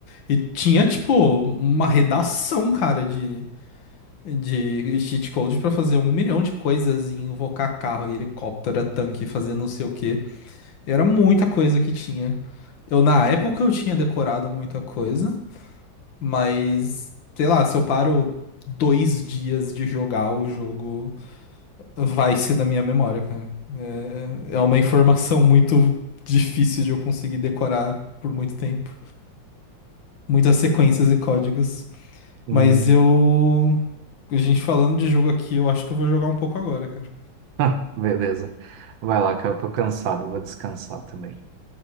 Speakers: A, on the left; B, on the right.
A: E tinha, tipo, uma redação, cara, de, de cheat code pra fazer um milhão de coisas e invocar carro e helicóptero, tanque, fazer não sei o quê. Era muita coisa que tinha. Eu, na época, eu tinha decorado muita coisa. Mas, sei lá, se eu paro dois dias de jogar, o jogo vai-se da minha memória, cara. É, é é uma informação muito difícil de eu conseguir decorar por muito tempo. Muitas sequências e códigos.
B: Hum,
A: Mas eu. A gente falando de jogo aqui, eu acho que eu vou jogar um pouco agora, cara.
B: <laughs> Beleza. Vai lá, cara, eu tô cansado, vou descansar também.